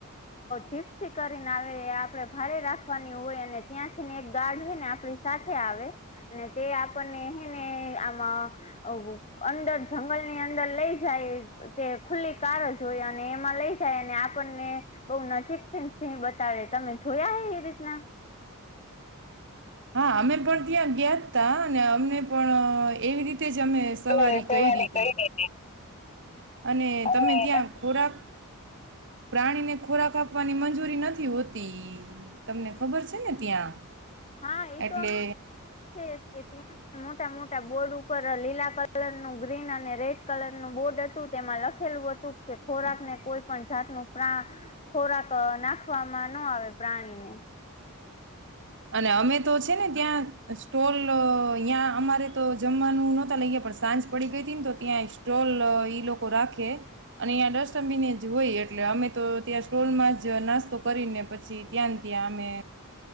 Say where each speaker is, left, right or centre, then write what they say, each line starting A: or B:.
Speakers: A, on the left (about 30°); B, on the right (about 55°).
A: જીપસિ કરીને આવે આપણે ભાડે રાખવાની હોય અને ત્યાંથીને એક ગાર્ડ છે ને આપડી સાથે આવે અને તે આપણને હે ને માં અંદર જંગલની અંદર લઈ જાય તે ખુલ્લી કારજ હોય અને એમાં લઈ જાય અને આપણને બો નજીકથી સિંહ બતાળે તમે જોયા હે એ રીતના
B: હા અમે પણ ત્યા ગાયતા ને અમને પણ એવી રીતે તે જ અમે સવારી
A: સવારે
B: કયરી તી
A: ગઈ હતી
B: અને તમે
A: અને
B: ત્યાં ખોરાક પ્રાણીને ખોરાક આપવાની મંજૂ મંજૂરી નથી હોતી તમને ખબર છે ને ત્યાં
A: હા એ
B: એટલે
A: તો અમે છે કે ત્યાં મોટા મોટા બોર્ડ ઉપર લીલા કલર નું ગ્રીન અને રેડ કલર નું બોર્ડ હતું તેમાં લખેલું હતું કે ખોરાકને કોઈ પણ જાતનું ખોરાક નાખવામાં નો આવે પ્રાણીને
B: અને અમે તો છે ને ત્યાં સ્ટોલ અ્યાં અમારે તો જમવાનું નહોતા લાગ ગયા પણ સાંજ પડી ગઈ હતી ને તો ત્યાં સ્ટોલ ઈ લોકો રાખે, અને અ્યાં ડસ્ટબિને જ હોય એટલે અમે તો ત્યાં સ્ટોલમાં જ નાસ્તો કરીને પછી ત્યાં ત્યાં અમે